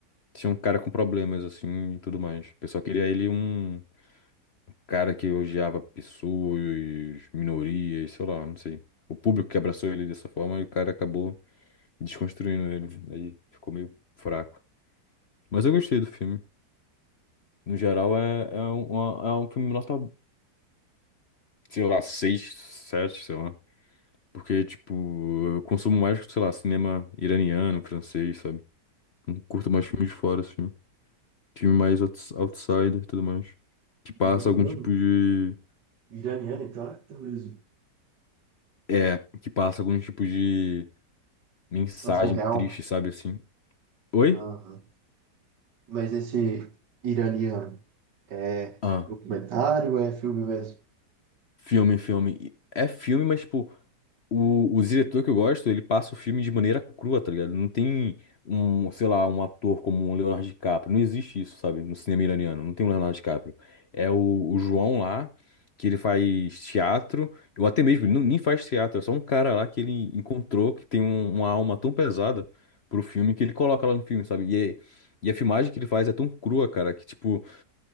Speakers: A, on the left; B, on the right.
A: Tinha um cara com problemas, assim, e tudo mais. O pessoal queria ele um cara que odiava pessoas, minorias, sei lá, não sei. O público que abraçou ele dessa forma e o cara acabou desconstruindo ele. Aí ficou meio fraco. Mas eu gostei do filme. No geral, é, é, um, uma- é um filme nota, sei lá, 6, 7, sei lá. Porque, tipo, eu consumo mais, sei lá, cinema iraniano, francês, sabe? Não curto mais filmes de fora, assim. Filme mais outs- outsider e tudo mais que passa
B: Iraniano?
A: algum tipo de
B: Iraniano, então é terrorismo.
A: É, que passa algum tipo de mensagem
B: Situação real.
A: triste, sabe assim? Oi?
B: Aham. Mas esse iraniano é
A: Ah.
B: documentário ou é filme mesmo?
A: Filme, filme. E É filme, mas, tipo, o, o diretor que eu gosto, ele passa o filme de maneira crua, tá ligado? Não tem um, sei lá, um ator como o Leonardo DiCaprio. Não existe isso, sabe? No cinema iraniano. Não tem o Leonardo DiCaprio. É o, o João lá, que ele faz teatro. Ou até mesmo, ele não, nem faz teatro. É só um cara lá que ele encontrou que tem um- uma alma tão pesada pro filme que ele coloca lá no filme, sabe? E, é- e a filmagem que ele faz é tão crua, cara, que, tipo.